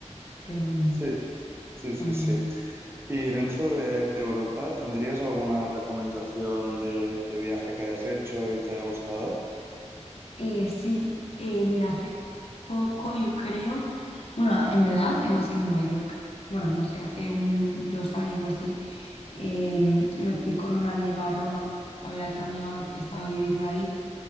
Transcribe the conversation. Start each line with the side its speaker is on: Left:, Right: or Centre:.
Left: pero bueno,
Right: Sí, sí,
Left: está
Right: sí,
Left: muy
Right: sí.
Left: guay.
Right: Y dentro de, de Europa, ¿tendrías alguna recomendación de, de viaje que hayas hecho y te haya gustado?
Left: Eh, sí, eh, mira, hace poco yo creo, bueno, en verdad hace más que Nueva York, bueno, no sé, hace un, dos años o así, eh, me fui con una amiga a Roma a ver a otra amiga porque estaba viviendo ahí